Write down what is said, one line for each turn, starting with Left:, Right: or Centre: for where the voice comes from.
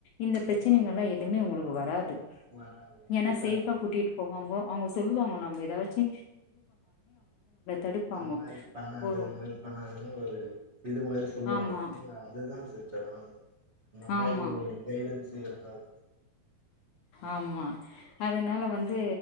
Left: இந்த பிரச்சனைங்கள்லா
Right: ம்.
Left: எதுமே உங்களுக்கு வராது
Right: வராது
Left: ஏனா
Right: இருக்காது
Left: சேஃபா கூட்டிட்டு போவாங்கோ அவங்கே சொல்லுவாங்கோ நம்ம ஏதாச்சி தடுப்பாங்க
Right: அது மாரி பண்ணாத
Left: ஒரு
Right: இது மாதிரி பண்ணாத ஒரு இது மாரி சொல்லுவாங்கே
Left: ஆமா
Right: அவங்க இதுதா பியூச்சரா இந்த மாதிரி
Left: ஆமா
Right: ஒரு கைடன்ஸ் இருந்தாது
Left: ஆமா அதனால வந்து